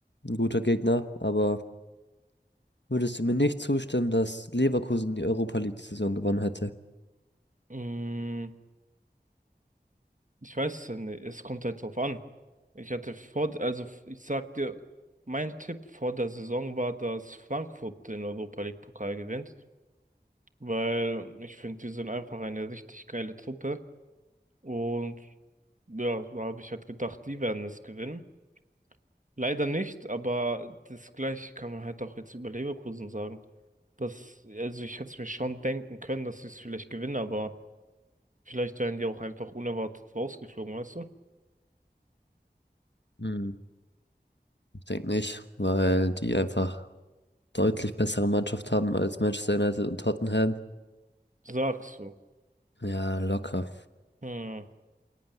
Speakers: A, on the left (about 90°); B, on the right (about 45°).
A: ein guter Gegner, aber würdest du mir nicht zustimmen, dass Leverkusen die Europa League die Saison gewonnen hätte?
B: Mm, Ich weiß es ja nicht. Es kommt halt drauf an. Ich hatte vor, also ich sag dir, mein Tipp vor der Saison war, dass Frankfurt den Europa League Pokal gewinnt, weil ich finde, die sind einfach eine richtig geile Truppe und ja, so habe ich halt gedacht, die werden es gewinnen. Leider nicht, aber das Gleiche kann man halt auch jetzt über Leverkusen sagen. Das, also ich hätte es mir schon denken können, dass sie es vielleicht gewinnen, aber vielleicht werden die auch einfach unerwartet rausgeflogen, weißt du?
A: Hm, ich denke nicht, weil die einfach deutlich bessere Mannschaft haben als Manchester United und Tottenham.
B: Sagst du.
A: Ja, locker.
B: Hm,